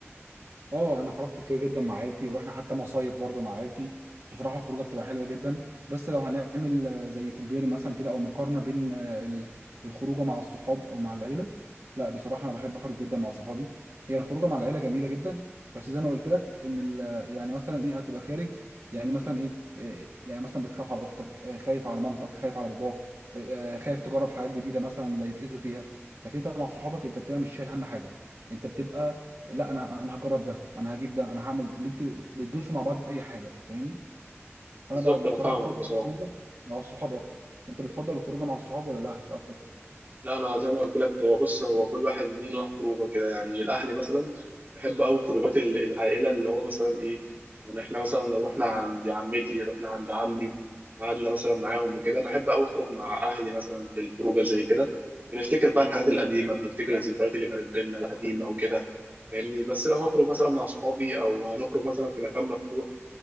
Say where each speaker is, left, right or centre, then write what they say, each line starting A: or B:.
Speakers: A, on the right; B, on the right.
A: اه انا خرجت كتير جدا مع عيلتي ورحنا حتى مصايف برضو مع عيلتي بصراحه الخروجه بتبقى حلوه جدا بس لو هنعمل آه، زي كومبير مثلا كده او مقارنه بين آه، ال- الخروجه مع الصحاب او مع العيله لا بصراحه انا بحب اخرج جدا مع صحابي هي الخروجه مع العيله جميله جدا بس زي ما قلت لك ان ال- يعني مثلا ايه هتبقى خارج يعني مثلا ايه آه، يعني مثلا بتخاف على اختك آه، خايف على مامتك خايف على باباك آه، آه، خايف تجرب حاجات جديده مثلا لا يتاذوا فيها لكن انت مع صحابك انت بتبقى مش شايل هم حاجه انت بتبقى لا انا انا هجرب ده انا هجيب ده انا هعمل اللي انتوا بتدوسوا مع بعض في اي حاجه فاهمني فانا
B: بالظبط
A: ب-
B: انا
A: بصراحه
B: فاهمك
A: بفضل
B: بصراحه
A: الخروجه مع الصحاب اكتر انت بتفضل الخروجه مع الصحاب ولا الاهل اكتر
B: لا انا زي ما قلت لك هو بص هو كل واحد ليه نوع خروجه كده يعني الاهلي مثلا بحب قوي خروجات ال- العائله اللي هو مثلا ايه يعني احنا مثلا لو رحنا عند عمتي رحنا عند عمي قعدنا مثلا معاهم وكده بحب قوي اخرج مع اهلي مثلا في الخروجه زي كده بنفتكر بقى الحاجات القديمه بنفتكر الذكريات اللي كانت بينا القديمه وكده فاهمني بس لو هخرج مثلا مع اصحابي او هنخرج مثلا في مكان مفتوح